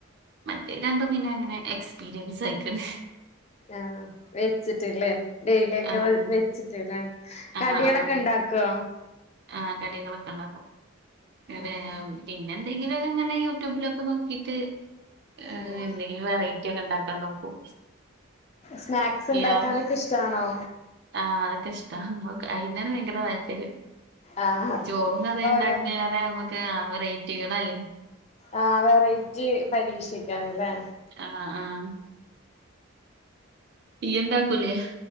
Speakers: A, on the right; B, on the left.
A: മറ്റേ രണ്ടും പിന്നെ അങ്ങനെ എക്സ്പീരിയൻസ് ആയ്ക്ക്ണ്
B: ആഹ് വെച്ചിട്ട്ല്ലേ ഡെയ്ലി ഒക്ക
A: ആഹ്
B: വെ വെച്ചിട്ട്ല്ലേ
A: ആഹ്
B: കടേളൊക്കെ
A: ആഹ്
B: ഇണ്ടാക്കോ
A: ആഹ് കടികളൊക്ക ഇണ്ടാക്കും <unintelligible>
B: ഉം
A: പിന്നെ എന്തെങ്കിലും ഒക്കെ ഇങ്ങനെ യൂട്യൂബിലൊക്കെ നോക്കീറ്റ് ഏഹ്
B: ഉം
A: എന്തെങ്കിലും വെറൈറ്റി ഒക്ക ഇണ്ടാക്കാ നോക്കും
B: സ്നാക്സ് ഇണ്ടാക്കാനൊക്ക
A: ഇയ്യോ
B: ഇഷ്ടാണോ
A: ആഹ് അതൊക്കെ ഇഷ്ട അതൊക്ക അയ്നാണ് ഭയങ്കര താല്പര്യം
B: ആഹ്
A: ചോറും കറിം
B: ഓരോ
A: ഇണ്ടാക്കി കഴിഞാ നമുക്ക് വെറൈറ്റികളല്ലേ
B: ആഹ് വെറൈറ്റി പരീക്ഷിക്കാന്ല്ലേ
A: ആഹ് ആഹ് ഇയ്യ്ണ്ടാക്കൂലേ